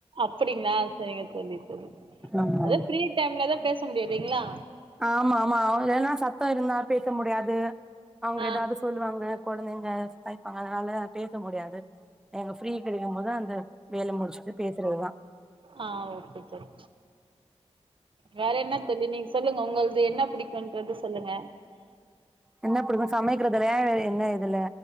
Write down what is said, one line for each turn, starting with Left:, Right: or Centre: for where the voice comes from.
Right: அப்புடிங்களா சரிங்க தோழி, தோழி
Centre: ஆமாங்க
Right: அதா ஃபிரீ டைம்லதா பேச முடியு இல்லைங்களா
Centre: ஆமா ஆமா, என்னா சத்தம் இருந்த பேச முடியாது அவங்க
Right: ஆ
Centre: ஏதாது சொல்லுவாங்க கொழந்தைங்க ஸ்கைப்பாங்க அதனால பேச முடியாது ஏங்க ஃப்ரீ கெடைக்கும்போதுதா அந்த வேல முடிச்சுட்டு பேசுறதுதா
Right: ஆ ஓகே தோழி வேற என்னா தோழி, நீங்க சொல்லுங்க உங்களது என்ன பிடிக்குன்றத சொல்லுங்க
Centre: என்ன புடிக்கு, சமைக்கிறதுலயா வேற என்ன எதுல?